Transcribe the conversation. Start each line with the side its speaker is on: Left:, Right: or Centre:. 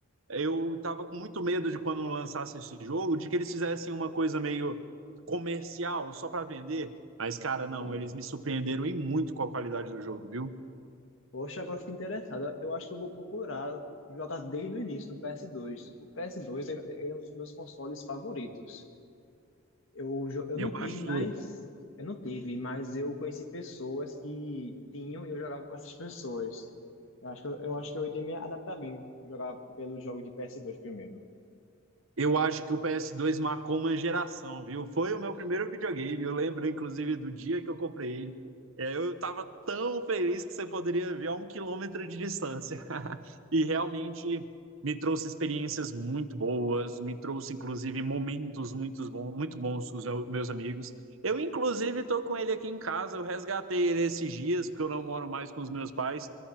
Right: eu estava com muito medo de quando lançasse esse jogo, de que eles fizessem uma coisa meio comercial só para vender. Mas, cara, não,
Left: sim.
Right: eles me surpreenderam em muito com a qualidade do jogo, viu?
Left: Poxa, agora fiquei interessado. Eu acho que eu vou procurar jogar desde o início do PS2. O PS2 ele, ele é um dos meus consoles favoritos. Eu, jo- eu
Right: Eu
Left: não tive,
Right: acho,
Left: mas eu não tive, mas eu conheci pessoas que tinham e eu jogava com essas pessoas. Eu acho que eu, eu acho que eu iria me adaptar bem jogar pelo jogo de ps dois primeiro.
Right: Eu acho que o PS2 marcou uma geração, viu? Foi o meu primeiro videogame. Eu lembro, inclusive, do dia que eu comprei ele. É, eu estava tão feliz que você poderia ver a um quilômetro de distância. <laughs> E realmente me trouxe experiências muito boas, me trouxe, inclusive, momentos muito bons, muito bons com os meu- meus amigos. Eu, inclusive, estou com ele aqui em casa. Eu resgatei ele esses dias, porque eu não moro mais com os meus pais.